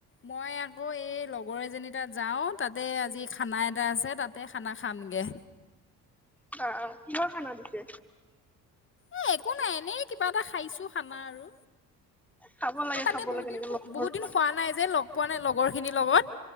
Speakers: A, on the left (about 25°); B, in the centre.
A: মই আকৌ এই লগৰ এজনী তাত যাওঁ। তাতে আজি খানা এটা আছে তাতে খানা খামগৈ।
B: বা কিহ খানা দিছে।
A: এ একো নাই। এনেই কিবা এটা খাইছো খানা আৰু
B: খাব লাগে
A: এ মানে
B: খাব
A: বহুত
B: লাগে এনেকে
A: দিন
B: লগ
A: বহুত
B: ধৰিব
A: দিন হোৱা নাই যে ল পোৱা নাই লগৰ খিনিৰ লগত